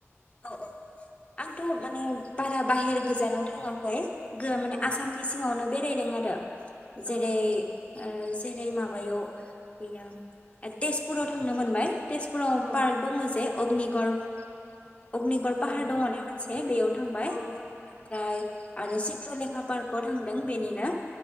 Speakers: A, on the left; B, on the right.
A: औ औ आंथ माने बारा बाहेर गोजानाव थांङाखै गोआ माने
B: औ
A: आसामनि सिङावनो बेरायदों आरो
B: औ
A: जेरै ओ जेरै माबायाव ओया ओ तेजपुराव थांनो मोनबाय तेजपुराव
B: औ
A: पार्क दङ जे अग्निगर अग्निगर
B: औ
A: पाहार दङ ना मोनसे बेयाव थांबाय
B: औ
A: ओमफ्राय आरो चित्रलेखा पार्कआव थांदों बेनिनो